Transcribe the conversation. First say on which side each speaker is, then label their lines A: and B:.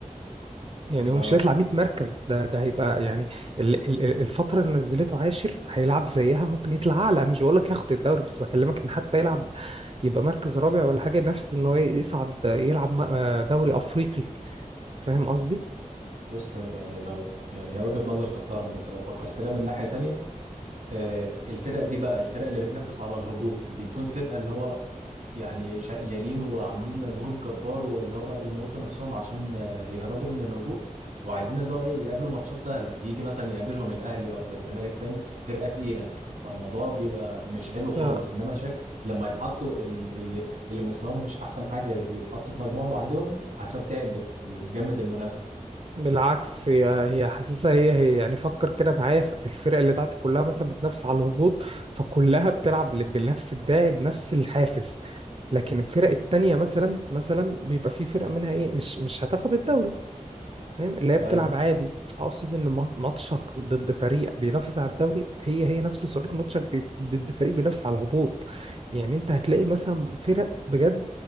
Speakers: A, on the right; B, on the right.
A: يعني هو
B: اه
A: مش هيطلع 100 مركز ده ده هيبقى يعني ال- ال- ال- الفترة اللي نزلته عاشر هيلعب زيها ممكن يطلع اعلى انا مش بقول لك ياخد الدوري بس بكلمك ان حتى يلعب يبقى مركز رابع ولا حاجة ينافس ان هو يصعد يلعب م- آه دوري افريقي فاهم قصدي؟
B: بص يعني لو يعني هي وجهة نظر تحترم بس لو فكرت لها من ناحية تانية آه الفرق دي بقى الفرق اللي بتنافس على الهبوط بيكون فرقة اللي هو يعني شقيانين وعاملين مجهود جبار واللي هو بقى بيموتوا نفسهم عشان آه، يهربوا من الهبوط وعايزين اللي هو ايه يقابلوا ماتشات سهله يجي مثلا يقابلهم الاهلي ولا الزمالك فاهم فرقه تقيله فالموضوع بيبقى مش حلو خالص
A: لا
B: انما شايف لما يتحطوا ال- ال- اللي مستواهم مش احسن حاجه يتحطوا في مجموعه لوحدهم حسب بت- بتجمد المنافسه
A: بالعكس هي هي حاسسها هي هي يعني فكر كده معايا في الفرق اللي تحت كلها مثلا بتنافس على الهبوط فكلها بتلعب ل- بنفس الداعي بنفس الحافز لكن الفرق التانية مثلا مثلا بيبقى في فرق منها ايه مش مش هتاخد الدوري فاهم اللي هي بتلعب
B: اي
A: عادي اقصد ان ما- ماتشك ضد فريق بينافس على الدوري هي هي نفس صعوبة ماتشك بي- ضد فريق بينافس على الهبوط يعني انت هتلاقي مثلا فرق بجد